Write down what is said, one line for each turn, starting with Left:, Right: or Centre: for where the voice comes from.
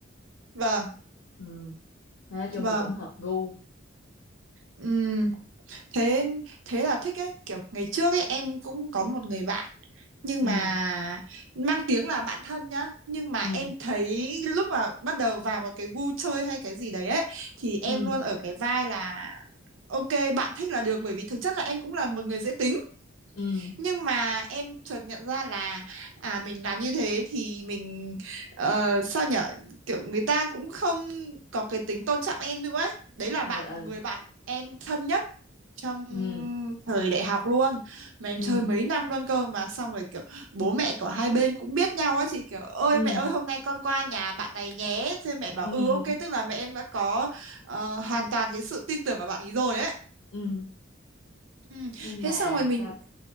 Right: Vâng,
Left: ừ. Nên nói chung
Right: vâng.
Left: là cũng hợp gu
Right: ừ thế thế là thích ấy, kiểu ngày trước ấy em cũng có một người bạn nhưng
Left: ừ
Right: mà mang tiếng là bạn thân nhá, nhưng mà
Left: ừ
Right: em thấy lúc mà bắt đầu vào một cái gu chơi hay cái gì đấy ấy thì em
Left: ừ
Right: luôn ở cái vai là ok, bạn thích là được bởi vì thực chất là em cũng là một người dễ tính.
Left: ừ
Right: nhưng mà em chợt nhận ra là à mình làm như thế thì mình ờ, sao nhở kiểu người ta cũng không có cái tính tôn trọng em nữa ấy đấy là
Left: ờ
Right: bạn
Left: ờ
Right: người bạn em thân nhất trong
Left: ừ
Right: thời đại học luôn mà em
Left: ừ
Right: chơi mấy năm luôn cơ mà xong rồi kiểu bố mẹ của hai bên cũng biết nhau á chị kiểu ơi
Left: ừ
Right: mẹ ơi hôm nay con qua nhà bạn này nhé thế mẹ bảo
Left: ừ
Right: ừ ok tức là mẹ em đã có ờ, hoàn toàn cái sự tin tưởng vào bạn ấy rồi ấy
Left: ừ
Right: Ừ.
Left: nhưng
Right: Thế
Left: mà
Right: xong rồi mình
Left: sao